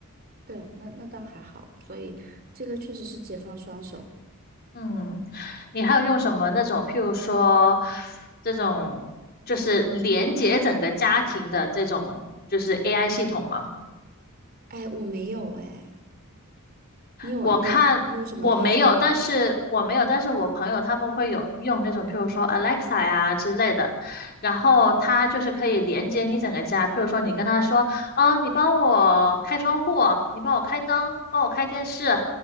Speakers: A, on the right; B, on the left.
A: 对，那那倒还好，所以这个确实是解放双手。
B: 嗯，你还有用什么那种，譬如说这种就是连接整个家庭的这种就是 AI 系统吗？
A: 哎，我没有哎，你有你有你有什么推荐的吗？
B: 我看我没有，但是我没有，但是我朋友他们会有用那种，譬如说 Alexa 呀之类的，然后它就是可以连接你整个家，譬如说你跟他说，啊，你帮我开窗户，你帮我开灯，帮我开电视，